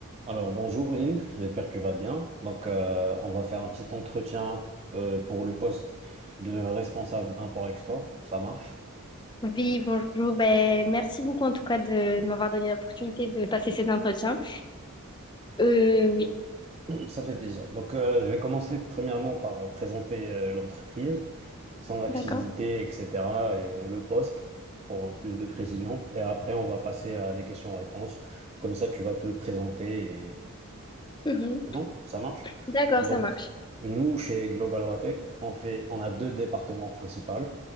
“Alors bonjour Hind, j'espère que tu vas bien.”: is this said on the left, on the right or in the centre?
Right